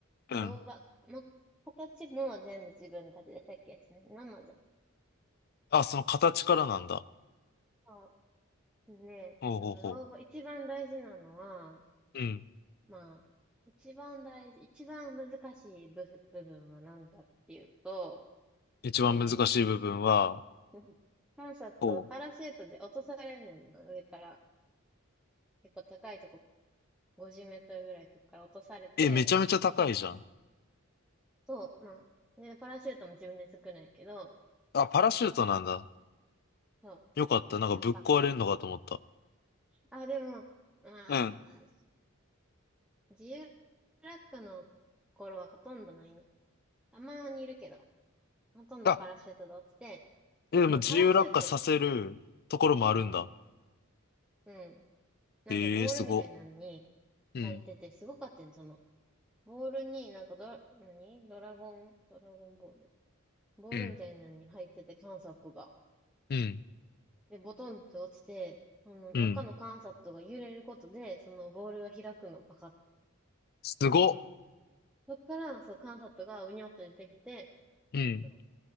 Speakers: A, on the left (about 45°); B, in the centre.
A: うん。
B: ローバー、ま、形も全部自分たちで設計してね、まず。
A: あ、その形からなんだ。
B: そうで、
A: ほうほうほ
B: あの老後、一番大事なのは、
A: う。うん。
B: まあ、一番大事、一番難しい部、部分は何だっていうと、
A: 一番難しい部分は、
B: その、<laughs> パンサット、
A: おう。
B: パラシュートで落とされんねんの、上から。結構高いとこ、50メートルぐらいとこから落とされて、
A: え、めちゃめちゃ高いじゃん。
B: そう、まあ、で、パラシュートも自分で作るんやけど、
A: あ、パラシュートなんだ。
B: そう、
A: よかった。なんかぶっ壊れるのかと思った。
B: なんか、あ、でも、まあ、
A: うん。
B: 自由落下の頃はほとんどないな。たまにいるけど、ほとんどパラシュートで落ちて、
A: あ、え、でも自由落下させるところもあるんだ。
B: そのパラシュート、うん、うん。なんかボールみたいなのに
A: ええすご。うん。
B: 入ってて、すごかったんその、ボールになんかドラ、何ドラゴン、ドラゴンボール。ボールみたいなのに入ってて、
A: うん。
B: 観察が。
A: うん。
B: で、ボトンって落ちて、その中の観察が揺れることで、
A: うん。
B: そのボールが開くの、パカって。
A: すご。
B: そっから、そう、観察がうにょって出てきて、
A: うん。
B: そう